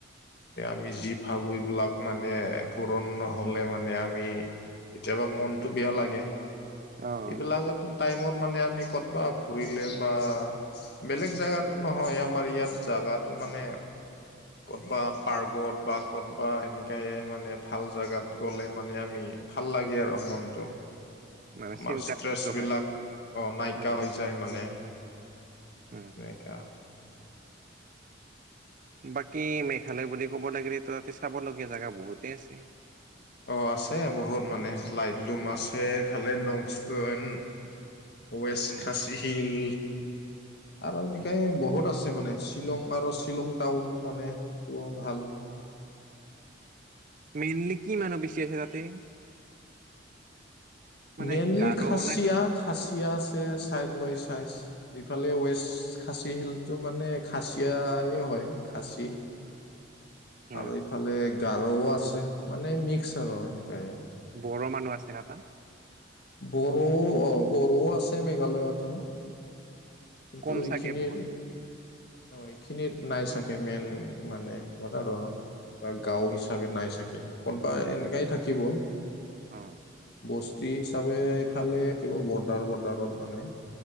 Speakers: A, on the left; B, on the right.
A: এ আমি যি ভাবো এইবিলাক মানে পুৰণ নহবলে মানে আমি কেতিয়াবা মনটো বেয়া লাগে।
B: অ',
A: এইবিলাক টাইমত মানে আমি ক'তবাত ফুৰিলে বা বেলেগ জাগাত নহয় আমাৰ ইয়াত জাগাটো মানে ক'তবা পাৰ্গত, বা ক'তবা সেনেকায়ে মানে। ভাল জেগাত গ'লে মানে আমি ভাল লাগে আৰু মনটো।
B: মানে
A: আমাৰ
B: চিন্তাত
A: ষ্ট্ৰেচ বিলাক
B: হয়
A: অ', নাইকািয়
B: উম,
A: হৈ যায় মানে,
B: উম।
A: এনেকা
B: বাকী মেঘালয় বুলি ক'ব লাগিলে ত' তাতে চাব লগীয়া জেগা বহুতেই আছে।
A: অ, আছে বহুত মানে, লাইট লুম মাছে খালে নস্ত, হয় ন। ৱেষ্ট
B: উম,
A: খাচী হিল, আৰু এনেকাই
B: উম,
A: বহুত আছে। ছে, মানে শ্বিলং আৰু শ্বিলং টাউন মানে, এইটো ভাল।
B: মেইনলি কি মানুহ বেছি আছে তাতে? মানে
A: মেইনলী
B: গাৰো
A: খাচিয়া।
B: নে?
A: খাচিয়া আছে, চাইড লৈ চাইচ, ইফালে ৱেষ্ট খাচ তিলটো, মানে খাচিয়াই হয় খাচী।
B: উম।
A: আৰু এইফালে গাৰৌও আছে, মানে মিক্স আৰু সেনেকাই।
B: বড়ো মানুহ আছে নে, তাত?
A: বড়ো অ, বড়োও আছে, মেঘালয়তো। কিন্তু
B: কম
A: এইখিনিত
B: চাগে বহুত
A: এইখিনিত নাই চাগে, মেইন মানে গদা, দৰ বা গাঁও হিচাপে নাই চাগে, ক'ত বা এনেকাই থাকিব।
B: অ
A: বস্তি হিচাপে, এইফালে দিব বৰ্ডাৰ, বৰ্ডাৰত, মানে।